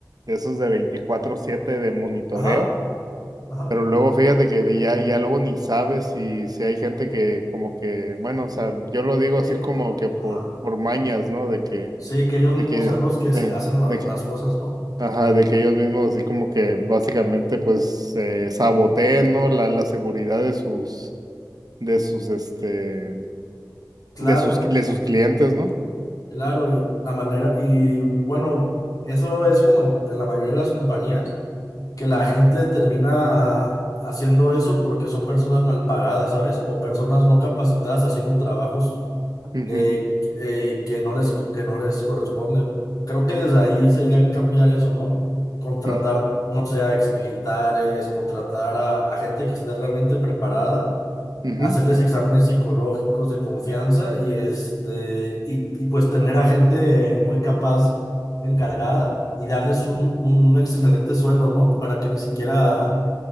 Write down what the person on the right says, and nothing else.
de esos de veinticuatro siete de monitoreo.
Pero luego fíjate que de ya, ya luego ni sabes si, si hay gente que como que, bueno, o sea, yo lo digo así
como que por,
por mañas, ¿no? De que
de que,
de,
de que,
ajá, de que ellos mismos así como que básicamente pues eh, saboteen, ¿no? La, la seguridad de sus, de sus, este,
de sus, de sus clientes, ¿no?
Ujú,
ujú,
ujú,